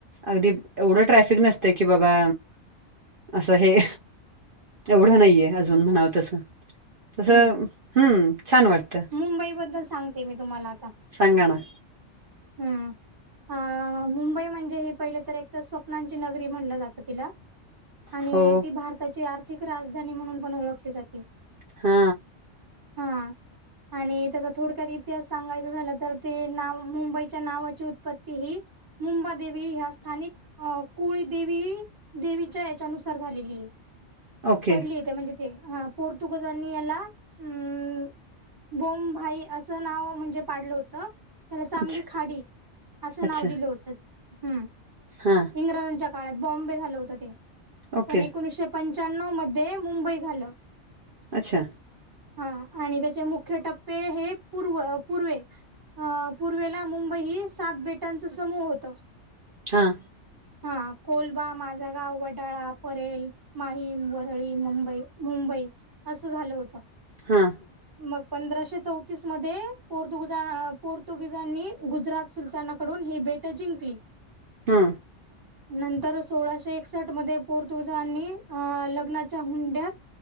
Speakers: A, on the right; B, on the right.
A: अगदी एवढं ट्रॅफिक नसत की बाबा असं हे. एवढं नाहीये अजून म्हणावं तस तस
B: हम्म
A: हम्म छान वाटत.
B: मुंबईबद्दल सांगते मी तुम्हाला आता.
A: संांगण.
B: हम्म. अ मुंबई म्हणजे ह पहिलं तर एक स्वप्नांची नगरी म्हणलं जातं तिला. आणि
A: हो
B: ती भारताची आर्थिक राजधानी म्हणून पण ओळखली जाते.
A: हा.
B: हा आणि त्याचा थोडक्यात इतिहास सांगायच झालं तर ते नाव मुंबई. नावाची उत्पत्ती ह मुंबादेवी ह स्थानिक. अ कुळी देेवी देवीच्या याच्यानुसार झालेली आहे..
A: ओके
B: पडली येत म्हणजे ते ह पोर्तुगजांनी याला अम. बोम भाई असं नाव म्हणजे पाडलं होतं. त्याला चांगली
A: अच्छा
B: खाडी असं
A: अच्छा
B: नाव दिलं होतं हम्.
A: हां.
B: इंग्रजांच्या काळात बॉम्बे झालं होत ते
A: ओके
B: पण एकोणीशे. पंच्याण्णव मध्ये मुंबई झालं.
A: अच्छा.
B: हा. त्याचे मुख्य टप्पे हे प पूर्वे पूर्. मुंबई सात बेट्यांच समूह होत.
A: हां.
B: हा कोलबा माझा गाव वडाळा परेल. माहीम वरळी मुंबई मुंबई असं झालं होतं.
A: हां.
B: मग पंधराशे चौतीस मध्ये पु पोर्तुगीजांनी गुजरात सुलताना. कडून ही भेट जिंकली.
A: हा.
B: नंतर सोळाशे एकसठ मध्ये पोर्तुगाजांनी लग्नाच्या हुंड्यात